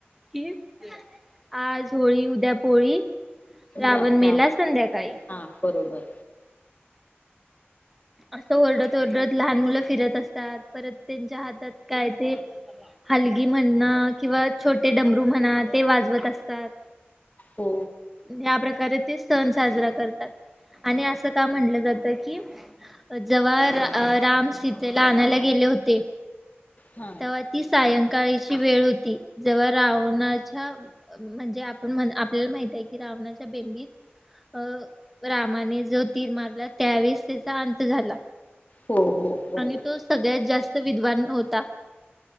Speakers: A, in the centre; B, on the left.
A: कि आज होळी उद्या पोळी रावण
B: रा
A: मेला
B: राव
A: संध्याकाळी
B: हा बरोबर
A: असं ओरडत ओरडत लहान मुलं फिरत असतात परत त्यांच्या हातात काय ते हलगी म्हणणा किंवा छोटे डमरू म्हणा ते वाजवत असतात
B: हो
A: या प्रकार प्रकारे ते सण साजरा करतात आणि असं का म्हणलं जात की जव्हा राम सीतेला आणायला गेले होते
B: हा.
A: तेव्हा ती सायंकाळीची वेळ होती जव्हा रावणाच्या म्हणजे आपण म्ह आपल्याला माहितय की रावणाच्या बेंबीत अ रामाने जो तीर मारला त्यावेळेस त्या अंत झाला
B: हो हो बरोबर.
A: आणि तो सगळ्यात जास्त विद्वान होता